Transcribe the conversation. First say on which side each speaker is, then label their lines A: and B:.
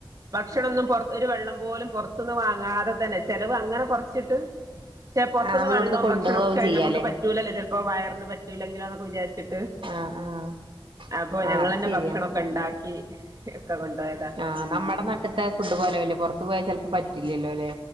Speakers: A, on the right; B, on the right.
A: ഭക്ഷണംന്നും പൊർ ഒരു വെള്ളം പോലും പുറത്തുന്ന് വാങ്ങാ അതെ തന്നെ ചെലവ് അങ്ങനെ കൊറച്ചിട്ട് പക്ഷെ പുറത്തുന്ന്
B: ആഹ് നമ്മളിവിടുന്ന്
A: വെള്ളവും
B: കൊണ്ടുപോവും
A: ഭക്ഷണൊക്കെഞമുക്ക്
B: ചെയ്യാല്ലേ
A: പറ്റൂലല്ലോ ചിലപ്പോ വയറിന് പറ്റൂല്ലെങ്കിലോന്നൊക്കെ വിചാരിച്ചിട്ട്
B: ആഹ് ആഹ്
A: അപ്പൊ ഞങ്ങ
B: ആഹ് അത്
A: തന്നെ
B: ശരിയാ
A: ഭക്ഷണംക്കെ ഉണ്ടാക്കി ഒക്കെ കൊണ്ടു പോയതാ
B: ആഹ് നമ്മുടെ നട്ടത്തെ ഫുഡ് പോലെല്ലേ പുറത്തു പോയാൽ ചിലപ്പോ പറ്റില്ലല്ലോ അല്ലെ